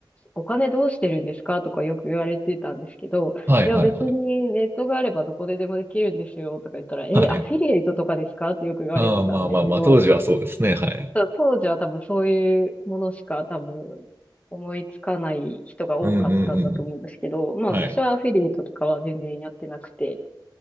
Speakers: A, on the left; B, on the right.
A: お金どうしてるんですかとかよく言われてたんですけど、
B: はいはいはい。
A: いや別にネットがあればどこででもできるんですよとか言ったら、え、
B: はい。
A: アフィリエイトとかですかってよく言われてたんですけど、
B: ああ、まあまあまあ、当時はそうですね。はい。
A: そう当時は多分そういうものしか多分思いつかない人が多かったんだと思うんですけど、
B: うんうんうんうん。
A: まあ私はアフィリエイトとかは全然やってなくて、
B: はい。